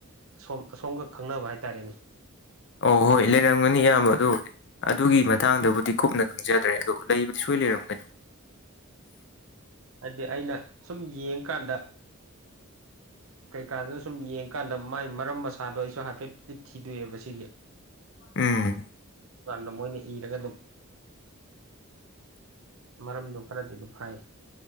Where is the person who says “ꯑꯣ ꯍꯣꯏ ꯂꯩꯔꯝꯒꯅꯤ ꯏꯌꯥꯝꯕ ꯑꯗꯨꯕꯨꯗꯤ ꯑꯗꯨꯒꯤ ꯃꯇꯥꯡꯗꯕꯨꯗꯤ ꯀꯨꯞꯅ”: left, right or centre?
Left